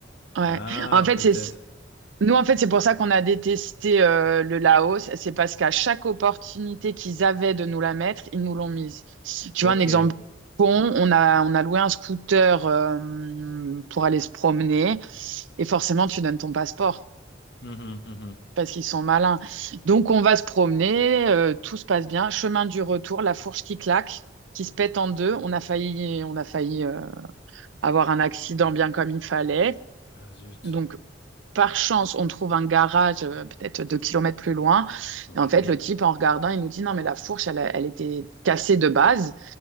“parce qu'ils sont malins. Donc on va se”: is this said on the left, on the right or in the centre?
Right